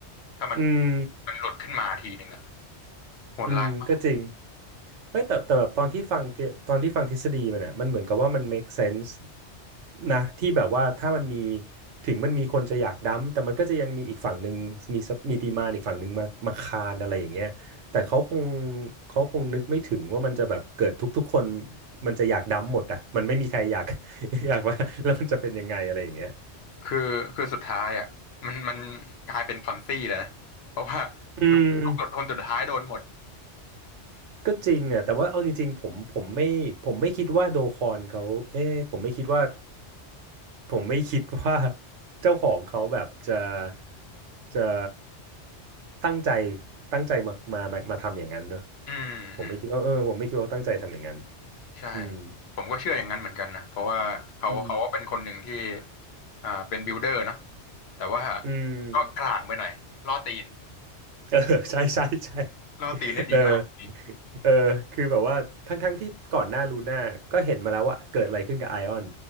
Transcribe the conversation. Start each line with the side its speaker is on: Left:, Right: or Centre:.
Left: ถ้ามัน
Right: อืม
Left: มันหลุดขึ้นมาทีหนึ่งอะโหดร้ายมาก
Right: อืมก็จริงไม่แต่แต่แบบตอนที่ฟังเทตอนที่ฟังทฤษฎีมันเนี่ยมันเหมือนกับว่ามัน make sense นะที่แบบว่าถ้ามันมีถึงมันมีคนจะอยากดั้มแต่มันก็จะยังมีอีกฝั่งหนึ่งมีมีดีมานอีกฝั่งหนึ่งมามาคานอะไรอย่างเงี้ยแต่เขาคงเขาคงนึกไม่ถึงว่ามันจะแบบเกิดทุกๆคนมันจะอยากดั้มหมดอ่ะมันไม่มีใครอยาก <laughs> อยากว่าแล้วมันจะเป็นยังไงอะไรอย่างเงี้ย
Left: คือคือสุดท้ายอะมันมันกลายเป็นพอนซี่เลยนะเพราะว่า
Right: อืม
Left: ลูกลูกหลุดคนสุดท้ายโดนหมด
Right: ก็จริงอ่ะแต่ว่าเอาจริงๆผมผมไม่ผมไม่คิดว่าโดคอนเขาเอ๊ะผมไม่คิดว่า ผมไม่คิดว่าเจ้าของเขาแบบจะจะตั้งใจตั้งใจมามามามาทำอย่างนั้นเนอะ
Left: อืมอืม
Right: ผมไม่คิดว่าเออผมไม่คิดว่าเขาตั้งใจทำอย่างนั้น
Left: ใช่
Right: อืม
Left: ผมก็เชื่ออย่างนั้นเหมือนกันนะเพราะว่าเขาเขาก็เป็นคนหนึ่งที่
Right: อืม
Left: อ่าเป็นบิ i เดอร์เนาะแต่ว่า
Right: อืม
Left: ก็กลางไปหน่อยล่อตีน
Right: เออ <laughs> ใช่ใช่ใช่
Left: ล่อตีนได้ดีมากนี่
Right: เออเออคือแบบว่าทั้งทั้งที่ก่อนหน้าลูน่าก็เห็นมาแล้วว่าเกิดอะไรขึ้นกับไอออน